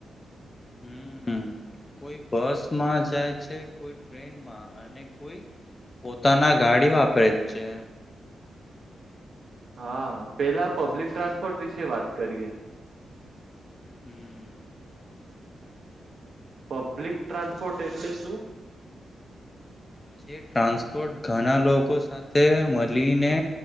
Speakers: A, on the left; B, on the right.
A: હમ, કોઈ બસમાં જાય છે કોઈ ટ્રેનમાં. હા અને કોઈ પોતાના ગાડી વાપરે જ છે.
B: હા, પેલા પબ્લિક ટ્રાન્સપોર્ટ વિશે વાત કરીએ.
A: હમ.
B: પબ્લિક ટ્રાન્સપોર્ટ એટલે શું?
A: જે ટ્રાન્સપોર્ટ ઘના લોકો સાથે મલીને